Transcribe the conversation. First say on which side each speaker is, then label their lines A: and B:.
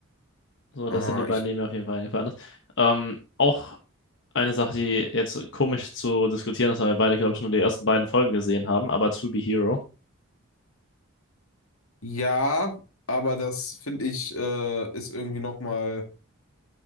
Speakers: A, on the left; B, on the left.
A: So, das
B: Ah,
A: sind die beiden,
B: ich,
A: die mir auf jeden Fall eingefallen ist. Ähm, auch eine Sache, die jetzt komisch zu diskutieren ist, weil wir beide, glaube ich, nur die ersten beiden Folgen gesehen haben, aber To Be Hero.
B: ja, aber das finde ich, äh, ist irgendwie nochmal